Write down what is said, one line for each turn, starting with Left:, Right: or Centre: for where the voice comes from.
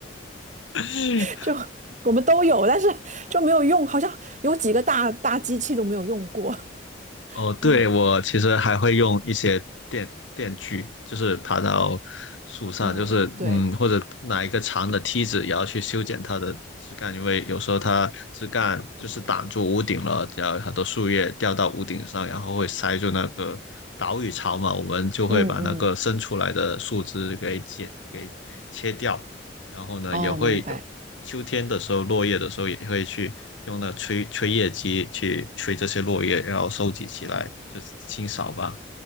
Left: <laughs>
Right: <laughs> 就我们都有，但是就没有用，好像有几个大大机器都没有用过。<laughs>
Left: 哦，对，
Right: 嗯
Left: 我其实还会用一些电电锯，就是爬到树上，
Right: 嗯，
Left: 就是嗯，
Right: 对。
Left: 或者拿一个长的梯子，也要去修剪它的枝干，因为有时候它枝干就是挡住屋顶了，然后很多树叶掉到屋顶上，然后会塞住那个岛屿槽嘛，我们就会把那个伸出来的树枝给剪给切掉。
Right: 嗯嗯，
Left: 然后呢，
Right: 哦，
Left: 也会有秋天的时候，
Right: 明白，
Left: 落叶的时候也会去用那吹吹叶机去吹这些落叶，然后收集起来，就是清扫吧。